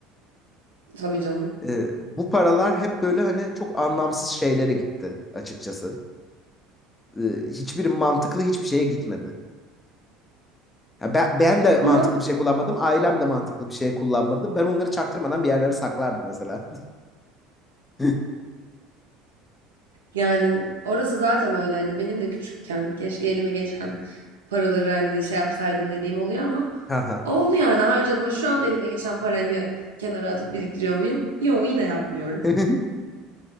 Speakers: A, on the right; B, on the left.
A: Tabii canım.
B: E, bu paralar hep böyle hani çok anlamsız şeylere gitti açıkçası. E, hiçbir mantıklı hiçbir şeye gitmedi. Ya ben, ben de
A: Ama
B: mantıklı bir şey kullanmadım. Ailem de mantıklı bir şey kullanmadı. Ben onları çaktırmadan bir yerlere saklardım mesela. <laughs>
A: Yani orası zaten öyle hani benim de küçükken keşke elime geçen paraları hani şey yapsaydım dediğim oluyor ama
B: Haha.
A: oldu yani harcadım. Ha, Şu an elime geçen parayı kenara atıp biriktiriyor muyum? Yok yine yapmıyorum.
B: <laughs>